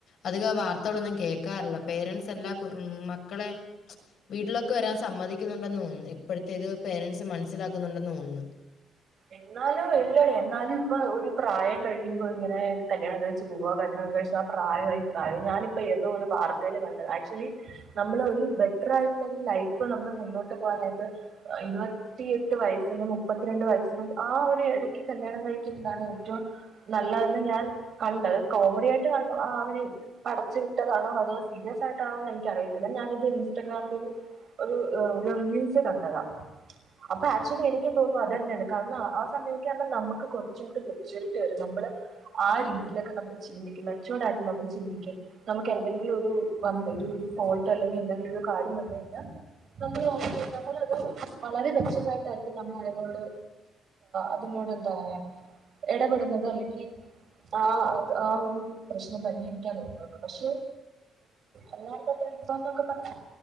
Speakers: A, on the left; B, on the right.
A: അധികം വാർത്തകളൊന്നും കേൾക്കാറില്ല പേരൻസ് എല്ലാം ക് ഉം മക്കളെ വീട്ടിലേക്ക് വരാ സ സമ്മതിക്കുന്നുണ്ടെന്ന് തോന്നുന്നു ഇപ്പോഴത്തേത് പേരൻറ്സ് മനസ്സിലാക്കുന്നുണ്ടെന്ന് തോന്നുന്നു
B: എന്നാലും എല്ല എന്നാലും ഇപ്പൊ ഒരു പ്രായം കഴിയുമ്പോ ഇങ്ങനെ കല്യാണം കഴിച്ച് പോവ കല്യാണം കഴിച്ച ആ പ്രായമായി പ്രായം ഞാനിപ്പോ ഏതോ ഒരു വാർത്തൽ കണ്ടത് ആക്ച്വലി നമ്മള ഒരു ബെറ്റർ ആയിട്ടുള്ള ഒരു ലൈഫ് നമ്മൾ മുന്നോട്ട് പോകാനായിട്ട് ഇരുപത്തിയെട്ട് വയസ്സിന് മുപ്പത്തിരണ്ട് വയസ് ആ ഒരു ഇടയ്ക്ക് കല്യാണം കഴിക്കുന്നതാണ് ഏറ്റവും നല്ലതെന്ന് ഞാൻ കണ്ടത് കോമഡി ആയിട്ട് ക അവന് പഠച്ചു വിട്ടതാണോ അതോ സീരിയസ് ആയിട്ടാണോന്ന് എനിക്ക അറിയത്തില്ല ഞാനിത് ഇൻസ്റ്റാഗ്രാമിൽ ഒരു ഒരു റീൽസ് കണ്ടതാണ് അപ്പൊ ആക്ച്വലി എനിക്കും തോന്നും അത് തന്നെയാണ് കാരണം ആ സമയൊക്കെ ആകുമ്പോൾ നമുക്ക് കുറച്ച കൂടി മെച്യൂരിറ്റി വരും നമ്മള് ആ രീതിയിലൊക്കെ നമ്മൾ ചിന്തിക്കും മെച്യുവർഡ് ആയിട്ട് നമ്മള് ചിന്തിക്കും നമുക്ക് എന്തെങ്കിലും ഒരു വ ഒരു ഫോൾട്ട് അല്ലെങ്കിൽ എന്തെങ്കിലും ഒരു കാര്യം വന്ന കഴിഞ്ഞാൽ നമ്മ നമ്മളത് വളരെ മെച്ചതായിട്ടായിരിക്കും നമ്മൾ ആതിനൊണ്ട് അതിനോട് എന്താ പറയാ ഇടപെടുന്നത് അല്ലെങ്കിൽ ആ ആ ഒരു പ്രശ്നം പരിഹരിക്കാൻ നോക്കുന്നത്. പക്ഷെ അല്ലാണ്ടുള്ള ഇപ്പന്നൊക്കെ പറഞ്ഞ